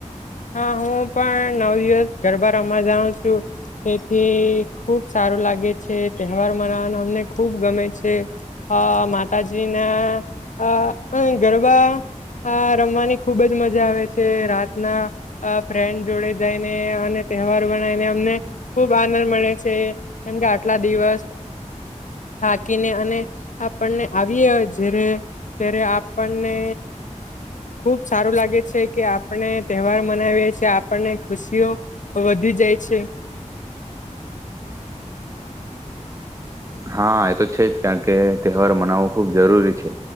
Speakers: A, on the left; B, on the right.
A: હા હું પણ નવ દિવસ ગરબા રમાવા જાઉં છું. તેથી ખુબ સારું લાગે છે, તહેવાર મનાવાનું અમને ખૂબ ગમે છે. અ માતાજીના અ ગરબા રમવાની ખૂબ જ મજા આવે છે. રાતના અ ફ્રેન્ડ જોડે જઈને અને તહેવાર મનાવીને અમને ખુબ આનંદ મળે છે. કેમકે આટલા દિવસ થાકીને અને આપણને આવીએ જ ત્યારે આપણને ખૂબ સારું લાગે છે કે આપણે તહેવાર મનાવીએ છીએ, આપણને ખુશીઓ વધી જાય છે.
B: હા, એ તો છે જ, કારણ કે તહેવાર મનાવવો ખૂબ જરૂરી છે.